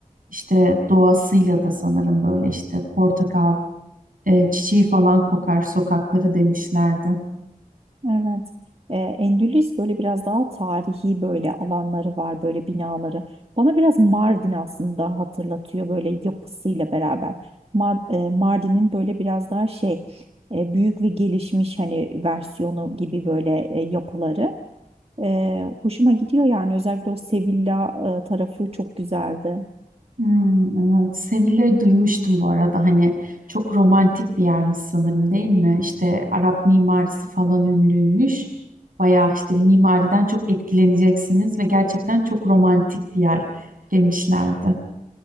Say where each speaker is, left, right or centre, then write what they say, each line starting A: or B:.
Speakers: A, on the right (about 70°); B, on the right (about 40°).
A: işte doğasıyla da sanırım böyle işte portakal e, çiçeği falan kokar sokakları demişlerdi.
B: Evet. Ee, Endülüs böyle biraz daha tarihi böyle alanları var, böyle binaları. Bana biraz Mardin aslında hatırlatıyor böyle yapısıyla beraber. Ma- e, Mardin'in böyle biraz daha şey e, büyük ve gelişmiş hani versiyonu gibi böyle e, yapıları. E, hoşuma gidiyor yani özellikle o Sevilla e, tarafı çok güzeldi.
A: Hmm, evet. Sevilla'yı duymuştum bu arada. Hani çok romantik bir yermiş sanırım değil mi? İşte Arap mimarisi falan ünlüymüş. Bayağı işte mimariden çok etkileneceksiniz ve gerçekten çok romantik bir yer demişlerdi.